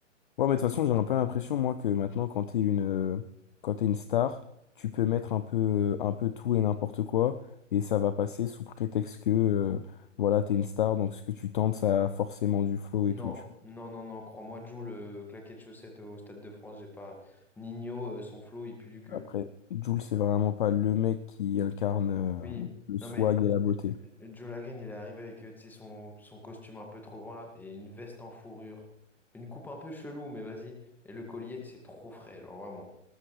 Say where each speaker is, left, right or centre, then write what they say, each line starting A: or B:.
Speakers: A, on the left (about 45°); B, in the centre.
A: Ouais, mais de toute façon, j'ai un peu l'impression, moi, que maintenant, quand t'es une, euh, quand t'es une star, tu peux mettre un peu, un peu tout et n'importe quoi, et ça va passer sous prétexte que, euh, voilà, t'es une star, donc ce que tu tentes, ça a forcément du flow
B: Non,
A: et tout, tu vois.
B: non, non, non, crois-moi, Joe, le claquet de chaussettes au Stade de France, j'ai pas. Nino, euh, son flow, il pue du cul.
A: Après, Jules, c'est vraiment pas le mec qui incarne, euh,
B: Oui,
A: le
B: non
A: swag
B: mais
A: et la beauté.
B: euh, Joe Lagreen, il est arrivé avec euh, tu sais, son, son costume un peu trop grand là et une veste en fourrure. Une coupe un peu chelou, mais vas-y. Et le collier, c'est trop frais, genre vraiment.